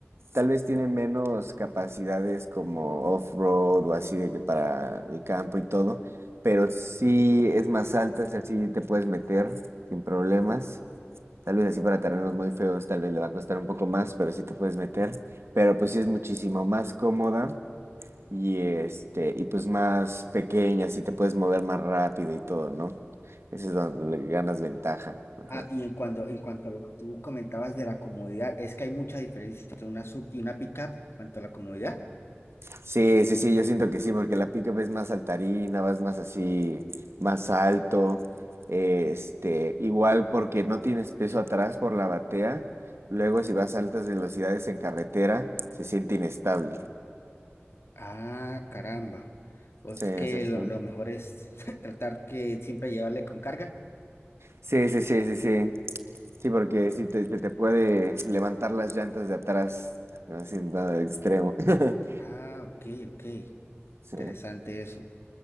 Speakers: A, on the right (about 70°); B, on the left (about 65°).
A: Tal vez tiene menos capacidades como off-road o así de que para el campo y todo, pero sí es más alta, es sí te puedes meter sin problemas. Tal vez así para terrenos muy feos, tal vez le va a costar un poco más, pero sí te puedes meter. Pero pues sí es muchísimo más cómoda y este, y pues más pequeña, así te puedes mover más rápido y todo, ¿no? Ese es donde le ganas ventaja. Ajá.
B: Ah, y en cuanto, en cuanto a lo que tú comentabas de la comodidad, es que hay mucha diferencia entre una sub y una pickup en cuanto a la comodidad.
A: Sí, sí, sí, yo siento que sí, porque la pick es más saltarina, vas más así, más alto, eh, este, igual porque no tienes peso atrás por la batea, luego si vas a altas velocidades en carretera, se siente inestable.
B: Ah, caramba. O
A: Sí,
B: es que
A: sí,
B: lo,
A: sí.
B: lo mejor es <laughs> tratar que siempre llevarle con carga.
A: Sí, sí, sí, sí, sí. Sí, porque sí te, te te puede levantar las llantas de atrás, haciendo extremo. <laughs>
B: Ah, ok, ok.
A: Sí.
B: Interesante eso.